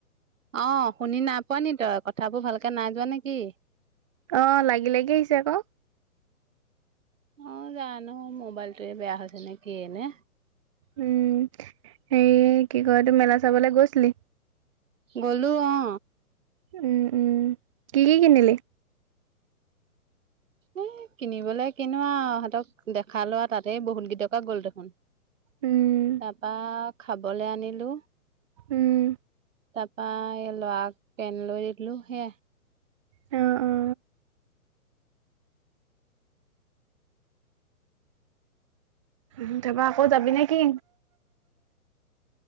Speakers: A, on the right (about 60°); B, on the right (about 20°).
A: অ', শুনি নাই পোৱা নি তই? কথাবোৰ ভালকে নাই যোৱা নে কি?
B: অ', লাগি লাগি আহিছে আকৌ!
A: অ', জানোঁ, মোবাইলটোৱে বেয়া হৈছে নে কিয়ে নে!
B: উম', হেই কি কয় এইটো মেলা চাবলে গৈছিলি?
A: গ'লোঁ অ'।
B: উম', উম', কি কি কিনিলি?
A: এ', কিনিবলৈ কিনো আও, আহাঁতক দেখালো আও, তাতেই বহুত গিটকা গ'ল দেখোন।
B: উম
A: তাৰপা, খাবলে আনিলোঁ।
B: উম'।
A: তাৰপা, এই লআক পেন লৈ দিলো সেয়াই।
B: অ', অ'। উহু', তাপা আকৌ যাবি নে কি?